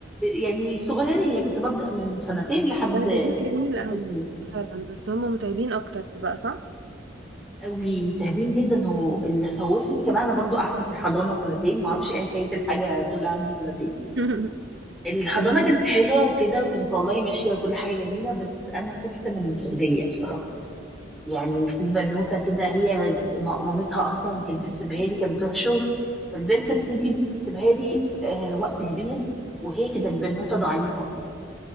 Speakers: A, in the centre; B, on the right.
A: يعني صغيرين يعني كنت ببدأ من سنتين لحد
B: ده جميل جميل
A: ست
B: قوي
A: سنين
B: فعلا بس هما متعبين اكتر بقى صح
A: قوي متعبين جدا واللي خوفني كمان أنا برضو قعدت في الحضانة سنتين معرفش إيه حكاية الحاجة كلها عندي سنتين
B: <laughs>
A: الحضانة
B: مم.
A: كانت حلوة وكده وكانت والله ماشية وكل حاجة جميلة بس أنا خفت من المسؤولية بصراحة يعني في بنوتة كده هي م- مامتها أصلا كانت بتسيبها لي كانت بتروح شغل فالبنت بتيجي بتسيبها لي آه وقت كبير وهي كانت بنوتة ضعيفة